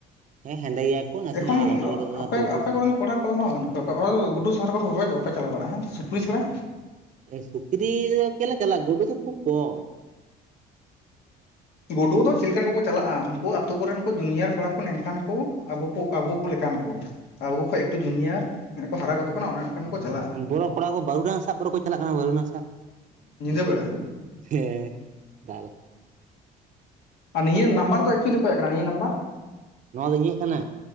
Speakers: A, on the right; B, on the left.
A: ᱦᱮᱸ ᱦᱮᱸᱫᱮ ᱜᱮᱭᱟ ᱠᱚ ᱱᱟᱥᱮᱱᱟᱜ
B: ᱮᱠᱷᱚᱱ
A: ᱦᱚᱴᱚᱜ ᱞᱟᱛᱟᱨ
B: ᱟᱯᱮ
A: ᱯᱳᱲ ᱯᱳᱲ
B: ᱟᱯᱮ
A: ᱥᱟᱺᱦᱤᱡ᱾
B: ᱠᱚᱨᱮᱱ ᱠᱚᱲᱟ ᱠᱚᱫᱚ ᱦᱟᱸᱜ ᱵᱟᱹᱱᱩᱜ ᱠᱟᱜ ᱠᱚᱣᱟ ᱜᱩᱰᱩ ᱥᱮᱸᱫᱽᱨᱟ ᱠᱚᱦᱚ ᱵᱟ ᱵᱟᱯᱮ ᱪᱟᱞᱟᱣ ᱵᱟᱲᱟᱜᱼᱟ ᱥᱩᱠᱨᱤ ᱪᱷᱟᱲᱟ
A: ᱥᱩᱠᱨᱤ ᱫᱚ ᱪᱮᱞᱮ ᱪᱟᱞᱟᱜᱼᱟ ᱜᱩᱰᱩ ᱫᱚ ᱠᱷᱩᱵ ᱠᱚᱢ᱾
B: ᱜᱩᱰᱩ ᱫᱚ ᱪᱮᱫ ᱞᱮᱠᱟᱟᱱ ᱠᱚᱠᱚ ᱪᱟᱞᱟᱜᱼᱟ ᱩᱱᱠᱩ ᱟᱛᱳ ᱠᱚᱨᱮᱱ ᱠᱚ ᱡᱩᱱᱤᱭᱟᱨ ᱠᱚᱲᱟ ᱠᱚ ᱱᱝᱠᱟᱱ ᱠᱚ ᱟᱵᱚ ᱠᱚ ᱟᱵᱩ ᱠᱚ ᱞᱮᱠᱟᱱ ᱠᱚ ᱟᱵᱚ ᱠᱷᱚᱡ ᱮᱠᱴᱩ ᱡᱩᱱᱤᱭᱟᱨ ᱱᱮᱜᱼᱮ ᱠᱚ ᱦᱟᱨᱟ ᱜᱚᱫᱚᱜ ᱠᱟᱱᱟ ᱚᱱᱮ ᱚᱱᱠᱟᱱ ᱠᱚ ᱪᱟᱞᱟᱜᱼᱟ᱾
A: ᱦᱩᱸ ᱵᱚᱲᱚ ᱠᱚᱲᱟ ᱠᱚ ᱵᱟᱹᱨᱩᱰᱟᱝ ᱥᱟᱵ ᱯᱚᱨᱚ ᱠᱚ ᱪᱟᱞᱟᱜ ᱠᱟᱱᱟ ᱵᱟᱹᱨᱩᱰᱟᱝ ᱥᱟᱵ᱾
B: ᱧᱤᱫᱟᱹ ᱵᱮᱲᱟ?
A: ᱦᱮᱸ ᱫᱟᱞ
B: ᱟᱨ ᱱᱤᱭᱟᱹ ᱱᱟᱢᱵᱟᱨ ᱫᱚ ᱮᱠᱪᱩᱭᱮᱞᱤ ᱚᱠᱚᱭᱟᱜ ᱠᱟᱱᱟ ᱱᱤᱭᱟᱹ ᱱᱟᱢᱵᱟᱨ?
A: ᱱᱚᱣᱟ ᱫᱚ ᱤᱧᱟᱹᱜ ᱠᱟᱱᱟ᱾